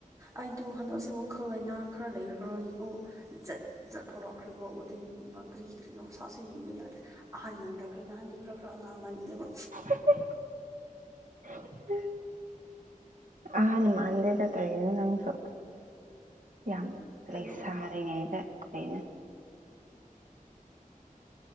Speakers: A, on the right; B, on the right.
A: ꯑꯩꯗꯣ ꯍꯟꯗꯛꯁꯦ ꯋꯥꯈꯜ ꯂꯩꯅꯥ ꯈꯔ ꯂꯩꯈ꯭ꯔꯒꯤꯀꯣ ꯖꯠ ꯖꯠ ꯊꯣꯔꯛꯈ꯭ꯔꯤꯕ ꯎꯔꯤꯡꯒꯨꯝꯕ ꯀ꯭ꯔꯤ ꯀ꯭ꯔꯤꯅ‌ꯣ ꯁꯥꯁ‌ꯦ ꯌꯦꯡꯕ ꯌꯥꯗ꯭ꯔꯦ ꯑꯍꯟ ꯃꯜꯂꯛꯈ꯭ꯔꯦ ꯅꯍꯥꯟꯗꯤ ꯈꯔ ꯈꯔ ꯑꯉꯥꯡ ꯃꯜꯂꯦꯕ
B: <unintelligible> ꯑꯍꯟ ꯃꯥꯟꯗꯦꯗ ꯀꯔꯤꯅꯣ ꯅꯪꯁꯨ ꯌꯥꯝ
A: ꯀꯩꯅꯣ
B: ꯂꯩꯁꯥꯔꯤꯉꯩꯗ ꯑꯩꯅ